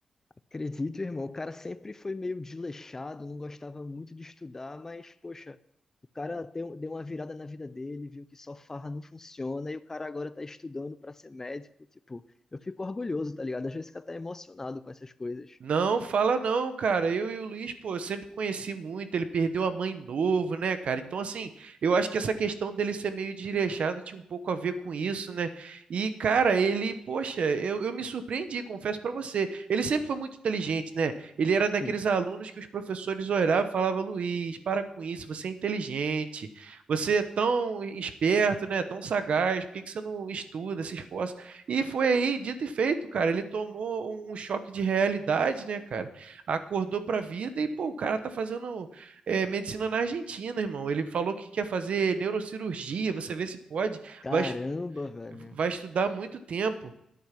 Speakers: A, on the left; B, on the right.
A: Acredito, irmão, o cara sempre foi meio desleixado, não gostava muito de estudar, mas, poxa, o cara deu, deu uma virada na vida dele, viu que só farra não funciona e o cara agora tá estudando pra ser médico. Tipo, eu fico orgulhoso, tá ligado? Às vezes fica até emocionado com essas coisas.
B: Não, fala não, cara. Eu e o Luiz, pô, eu sempre conheci muito. Ele perdeu a mãe novo, né, cara? Então, assim, eu acho que essa questão dele ser meio desleixado tinha um pouco a ver com isso, né? E, cara, ele, poxa, eu, eu me surpreendi, confesso pra você. Ele sempre foi muito inteligente, né? Ele era daqueles
A: Sim.
B: alunos que os professores olhavam e falavam: Luiz, para com isso, você é inteligente, você é tão esperto, né? Tão sagaz, por que que você não estuda, se esforça? E foi aí, dito e feito, cara. Ele tomou um, um choque de realidade, né, cara? Acordou pra vida e, pô, o cara tá fazendo é, medicina na Argentina, irmão. Ele falou que quer fazer neurocirurgia, você vê se pode.
A: Caramba,
B: Vai, es-
A: velho.
B: vai estudar muito tempo.